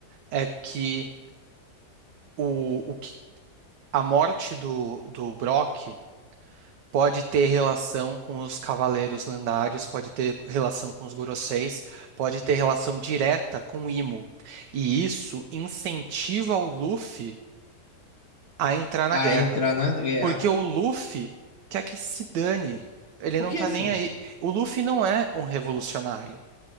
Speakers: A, on the right; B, on the left.
A: é que o, o que a morte do, do Brock pode ter relação com os Cavaleiros Lendários, pode ter relação com os Goroseis, pode ter relação direta com o Imo. E isso incentiva o Luffy a entrar na
B: a
A: guerra.
B: entrar na guerra.
A: Porque o Luffy quer que se dane. Ele
B: Porque
A: não tá
B: assim,
A: nem aí. O Luffy não é um revolucionário.